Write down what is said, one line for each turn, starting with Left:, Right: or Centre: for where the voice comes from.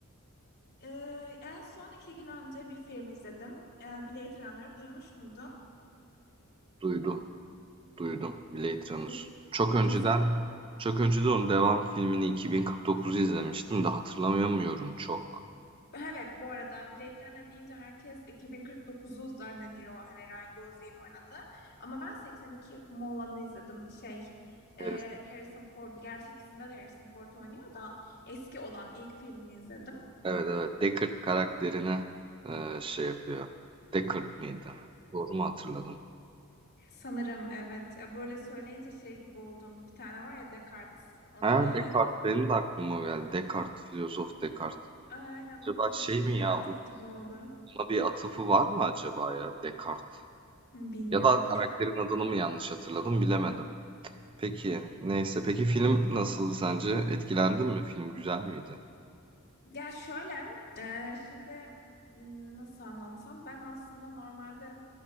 Left: Ee, en son iki gün önce bir film izledim. Ee, Blade Runner'ı duymuş muydun?
Right: Duydum, duydum Blade Runner.
Left: İ-
Right: Çok önceden
Left: İzledim.
Right: çok önceden onun devam filmini 2049'u izlemiştim de hatırlamıyorum çok.
Left: Evet, bu arada Blade Runner deyince herkes 2049'u zannediyor. Hani Ryan Gosling'in oynadı. Ama ben 82 yapımı olanı izledim. Şey,
Right: Harrison-
Left: e, Harrison Ford, gerçi ikisinde de Harrison Ford oynuyor da eski olan ilk filmini izledim.
Right: Evet evet Deckard karakterine e, şey yapıyor. Deckard mıydı? Doğru mu hatırladım?
Left: Sanırım evet. Ya böyle söyleyince şey gibi oldum. Bir tane var ya Descartes. Ona
Right: Ha Descartes
Left: <laughs>
Right: benim de aklıma o geldi. Descartes, filozof Descartes.
Left: aynen
Right: Acaba
Left: onun
Right: şey
Left: gibi
Right: mi
Left: bir
Right: ya?
Left: atıf gibi oldu.
Right: Buna bir atıfı var mı acaba ya Descartes?
Left: Bilmiyorum.
Right: Ya da karakterin adını mı yanlış hatırladım bilemedim. Peki neyse peki film nasıldı sence? Etkilendin mi? Film güzel miydi?
Left: Ya şöyle, e, şimdi m, nasıl anlatsam ben aslında normalde